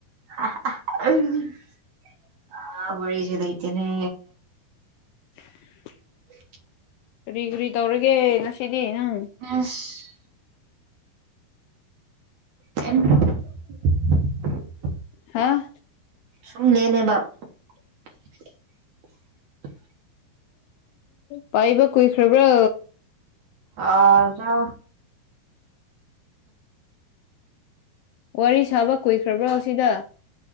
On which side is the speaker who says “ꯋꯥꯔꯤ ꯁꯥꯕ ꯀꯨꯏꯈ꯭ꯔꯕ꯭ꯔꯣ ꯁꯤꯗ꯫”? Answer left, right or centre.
Left